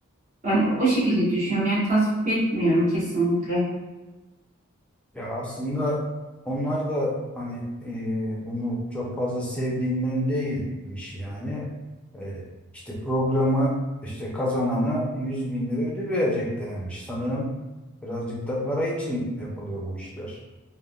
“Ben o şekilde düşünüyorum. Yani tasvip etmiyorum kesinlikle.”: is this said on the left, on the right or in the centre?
Right